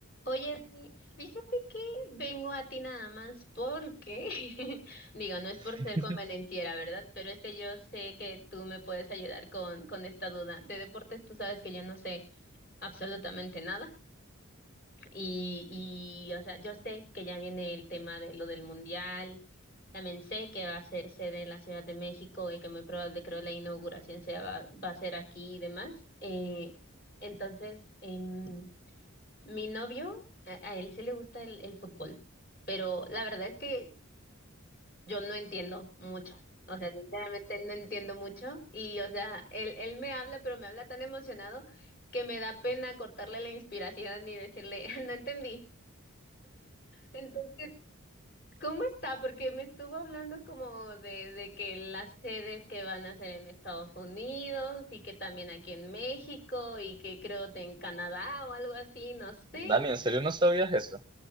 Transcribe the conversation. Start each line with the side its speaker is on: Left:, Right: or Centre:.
Left: Oye, Dani, fíjate que vengo a ti nada más porque, <laughs> digo, no es
Right: <laughs>
Left: por ser convenenciera, ¿verdad? Pero es que yo sé que tú me puedes ayudar con, con esta duda. De deportes tú sabes que yo no sé absolutamente nada y, y, o sea, yo sé que ya viene el tema de lo del mundial, también sé que va a ser sede en la Ciudad de México y que muy probable creo la inauguración sea, va, va a ser aquí y demás. Eh, entonces, em, mi novio, a, a él sí le gusta el, el fútbol, pero la verdad es que yo no entiendo mucho. O sea, sinceramente no entiendo mucho. Y, o sea, él, él me habla, pero me habla tan emocionado que me da pena cortarle la inspiración y decirle, <laughs> no entendí. Entonces, ¿cómo está? Porque me estuvo hablando como de, de que las sedes que van a ser en Estados Unidos y y que que también aquí en en México y que creo de en Canadá o algo así, no sé.
Right: Dani, ¿en serio no sabías eso?